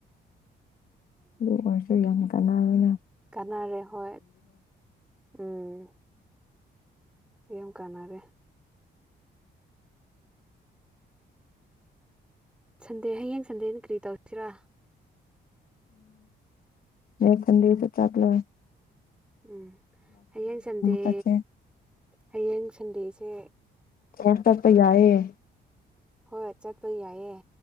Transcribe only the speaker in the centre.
ꯀꯅꯥꯔ ꯍꯣꯏ ꯎꯝ ꯌꯥꯝ ꯀꯅꯥꯔꯦ ꯁꯟꯗꯦ ꯍꯌꯦꯡ ꯁꯟꯗꯦꯅ ꯀꯔꯤ ꯇꯧꯁꯤꯔꯥ
ꯎꯝ ꯍꯌꯦꯡ ꯁꯟꯗꯦ
ꯍꯌꯦꯡ ꯁꯟꯗꯦꯁꯦ <unintelligible>
ꯍꯣꯏꯣꯏ ꯆꯠꯄ ꯌꯥꯏꯑꯦ